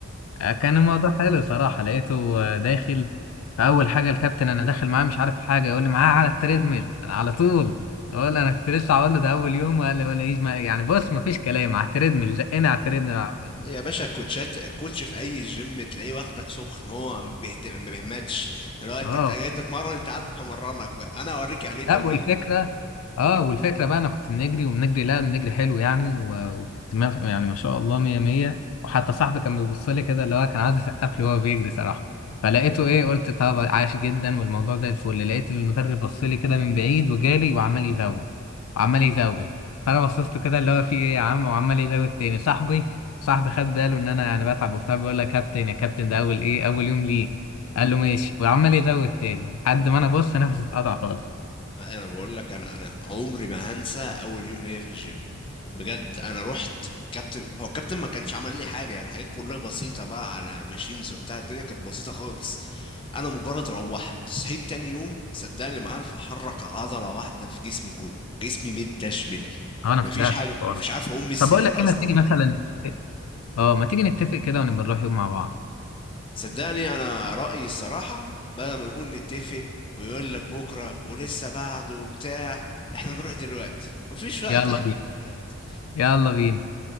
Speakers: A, on the left; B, on the left.
A: آه، كان الموضوع حلو صراحه لقيته آه، داخل فاول حاجه الكابتن انا داخل معاه مش عارف حاجه يقول لي معاه على التريدميل انا على طول اقول له انا كنت لسه هقول له ده اول يوم قال لي ولا ايش ما يعني بص ما فيش كلام على التريدميل زقنا على
B: آه.
A: التريدميل على-
B: آه.
A: طول.
B: يا باشا الكوتشات الكوتش في اي جيم تلاقيه واخدك سخن هو ما بيهد- ما بيهمتش اللي هو انت
A: اه
B: أنت جاي تتمرن انت عارف همرنك بقى انا اوريك يعني ايه تمرين
A: لا والفكره اه والفكره بقى انا كنت بنجري وبنجري لا بنجري حلو يعني و- وكنت ما يعني ما شاء الله مية مية وحتى صاحبي كان بيبص لي كده اللي هو كان عايز يسقف لي وهو بيجري صراحه فلقيته ايه قلت طب عاش جدا والموضوع زي الفل لقيت المدرب بص لي كده من بعيد وجالي وعمال يزود وعمال يزود فانا بصيت له كده اللي هو في ايه يا عم وعمال يزود تاني صاحبي صاحبي خد باله ان انا يعني بتعب وبتاع بيقول لك كابتن يا كابتن ده اول ايه اول يوم ليه قال له ماشي وعمال يزود تاني لحد ما انا بص نفسي اتقطع خالص
B: انا بقول لك انا انا عمري ما هنسى اول يوم ليا في الجيم بجد انا رحت كابتن هو الكابتن ما كانش عمل لي حاجه يعني حاجات كلها بسيطه بقى على ماشينز وبتاع الدنيا كانت بسيطه خالص انا مجرد روحت صحيت تاني يوم صدقني ما عارف احرك عضله واحده في جسمي كله جسمي متدشمل
A: هو انا مصدقك
B: مفيش حاجه
A: في الحوار
B: مفيش
A: ده
B: عارف اقوم من السرير
A: طب اقول لك ايه
B: اصلا
A: ما تيجي مثلا نتفق اه ما تيجي نتفق كده ونبقى نروح يوم مع بعض
B: صدقني انا رايي الصراحه بدل ما نقول نتفق ويقول لك بكره ولسه بعده وبتاع احنا نروح دلوقتي مفيش وقت
A: يلا
B: احسن
A: بينا
B: من دلوقتي
A: يلا بينا